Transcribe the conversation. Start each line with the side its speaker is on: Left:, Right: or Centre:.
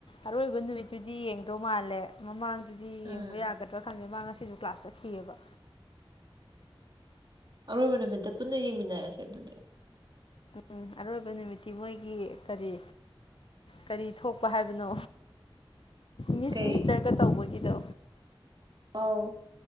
Left: ꯑꯔꯣꯏꯕ ꯅꯨꯃꯤꯠꯇꯨꯗꯤ ꯌꯦꯡꯗꯧ ꯃꯥꯜꯂꯦ ꯃꯃꯥꯡꯗꯨꯗꯤ
Right: ꯎꯝ
Left: ꯌꯦꯡꯕ ꯌꯥꯒꯗ꯭ꯔꯥ ꯈꯪꯗꯦ ꯃꯥ ꯉꯁꯤꯁꯨ ꯀ꯭ꯂꯥꯁ ꯆꯠꯈꯤꯑꯕ
Right: ꯑꯔꯣꯏꯕ ꯅꯨꯃꯤꯠꯇ ꯄꯨꯟꯅ ꯌꯦꯡꯃꯤꯟꯅꯔꯁꯦ ꯑꯗꯨꯗꯤ
Left: ꯎꯝ ꯑꯔꯣꯏꯕ ꯅꯨꯃꯤꯠꯇꯤ ꯃꯣꯏꯒꯤ ꯀꯔꯤ ꯀꯔꯤ ꯊꯣꯛꯄ ꯍꯥꯏꯕꯅꯣ ꯃꯤꯁ
Right: ꯀꯩ
Left: ꯃꯤꯁꯇꯔꯒ ꯇꯧꯕꯒꯤꯗꯣ
Right: ꯑꯥꯎ